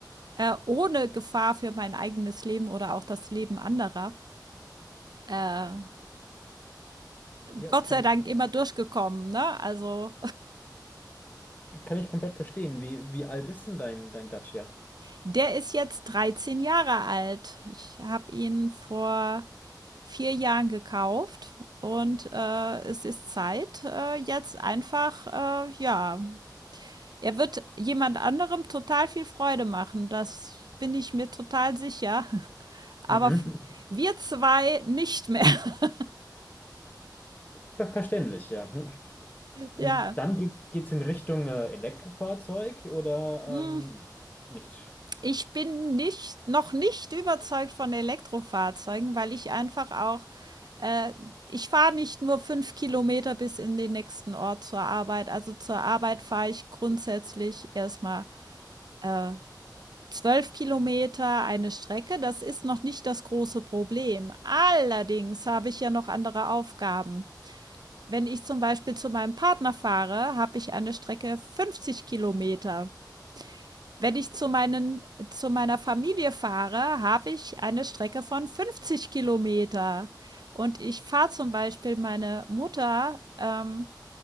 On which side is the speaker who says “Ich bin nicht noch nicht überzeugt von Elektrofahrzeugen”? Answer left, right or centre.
Right